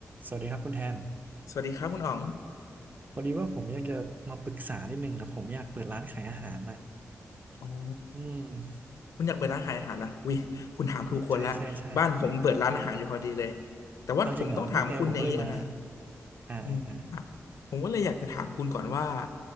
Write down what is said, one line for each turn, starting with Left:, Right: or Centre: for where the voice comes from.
Right: สวัสดีครับคุณแทน
Left: สวัสดีครับคุณอ๋อง
Right: พอดีว่าผมอยากจะมาปรึกษานิดนึงนะผมอยากเปิดร้านขายอาหารน่ะ
Left: อ๋อ
Right: อืม
Left: คุณอยากเปิดร้านขายอาหารละอุ้ยคุณถามถูกคนละ
Right: ใช่ใช่ใช่
Left: บ้านผมเปิดร้านอาหารอยู่พอดีเลย แต่ว่าผมต้องถามคุณอย่างนี้ก่อนนะ
Right: เอาจริงเหรอนี่ไงผมก็เลยมาอ่าอ่าอ่า
Left: อืมอ่ะผมก็เลยอยากจะถามคุณก่อนว่า